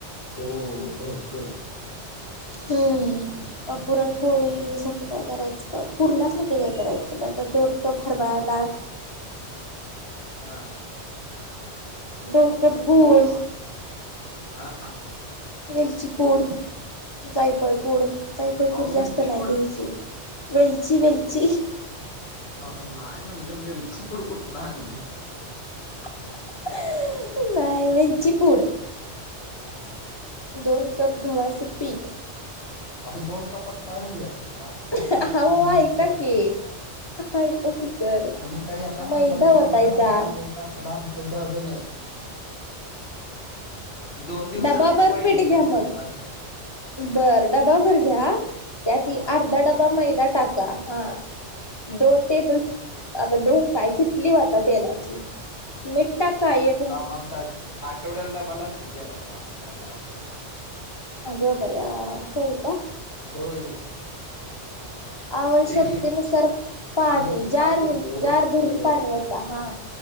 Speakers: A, on the left; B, on the left.
A: हो भरपूर.
B: हम्म. पुरणपोळी साठी काय करायचं? पुरण्यासाठी काय करायचं पल्यांत? दोन कप हरभ डाळ.
A: हां.
B: दोन कप गूळ.
A: हा.
B: वेलची पूड, जायफळपूड जायफळ
A: अहो
B: पूड, जास्त
A: मिरची
B: नाही
A: पूड.
B: घेलची. वेलची वेलची.
A: अ नाय म्हणलं मिरची पूड कुठून आणली.
B: <unintelligible> नाही वेलची पूड.
A: हा हा.
B: दोन कप गव्हाचे पीठ.
A: अहो दोन कपात काय व्हायचं? आपल्यात लागतात
B: अहो
A: दहा
B: ऐका
A: पंधरा
B: की
A: पोळ्या.
B: ऐका की तर
A: तुम्ही काय एका
B: मैदा
A: माणसाच जेव्हाण
B: वतायचा
A: सांगताय? इथं आमच्यात दहा जण आहेत. दोन दिवसाला
B: डबाभर
A: एक पाहली
B: पीठ
A: पेठ
B: घ्या
A: संपता
B: मग
A: आमच्यात.
B: बर डबा भर घ्या, त्यात
A: हा
B: अर्धा
A: असं
B: डबा
A: सांगा
B: मैदा टाका. हा. दोन टेबल, आता दोन काय कली होता तेलाची मिठ टाका एक
A: हाऊस दॅट. आठवड्याला ड्बा लागतो तेलाचा पंधरा किलोचा.
B: अगं बया! होय का?
A: होय.
B: आवश्यकतेनुसार.
A: एक एक
B: पाणी
A: आम्ही
B: जार
A: काय करतो
B: जार भरून
A: हॅलो
B: पाणी ओता हा.